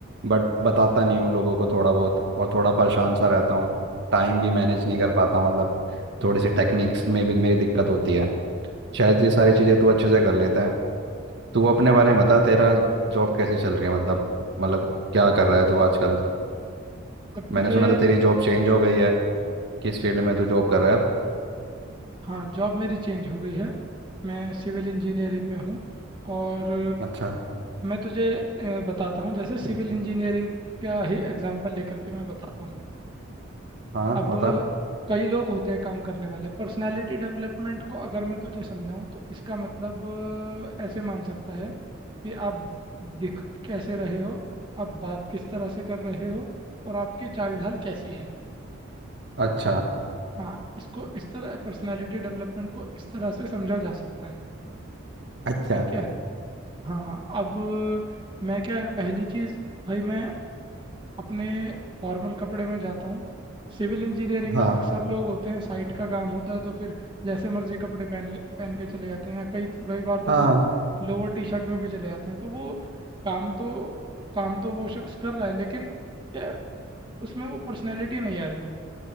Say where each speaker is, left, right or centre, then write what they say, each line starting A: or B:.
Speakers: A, on the right; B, on the right.
A: बट बताता नहीं हूँ लोगों को थोड़ा बहुत और थोड़ा परेशान सा रहता हूँ टाइम भी मैनेज नहीं कर पाता मतलब थोड़ी सी टेक्निक्स में भी मेरी दिक्कत होती है शायद ये सारी चीज़ें तू अच्छे से कर लेता है तू अपने बारे में बता तेरा जॉब कैसे चल रही है मतलब मतलब क्या कर रहा है तू आजकल
B: अब
A: मैंने
B: तुझे
A: सुना था तेरी जॉब चेंज हो गई है किस फील्ड में तू जॉब कर रहा है अब?
B: हाँ जॉब मेरी चेंज हो गई है मैं सिविल इंजीनियरिंग में हूँ और
A: अच्छा
B: मैं तुझे अ, बताता हूँ जैसे सिविल इंजीनियरिंग का ही एग्जांपल लेकर के मैं बताता हूँ
A: हाँ
B: अब
A: बता
B: कई लोग होते हैं काम करने वाले पर्सनालिटी डेवलपमेंट को अगर मैं तुझे समझाऊँ तो इसका मतलब अ, ऐसे मान सकता है कि आप दिख कैसे रहे हो आप बात किस तरह से कर रहे हो और आपकी चाल ढाल कैसी है
A: अच्छा
B: हाँ इसको इस तरह पर्सनालिटी डेवलपमेंट को इस तरह से समझा जा सकता है
A: अच्छा
B: ठीक है हाँ अब मैं क्या पहली चीज़ भाई मैं अपने फॉर्मल कपड़े में जाता हूँ सिविल इंजीनियरिंग
A: हाँ
B: में अक्सर लोग होते हैं साइट का काम होता है तो फिर जैसे मर्जी कपड़े पहन ले- पहन के चले जाते हैं या कई कई बार तो
A: हाँ
B: लोग लोअर टी शर्ट में भी चले जाते हैं तो वो काम तो काम तो वो शख्स कर रहा है लेकिन क्या उसमें वो पर्सनैलिटी नहीं आ रही वो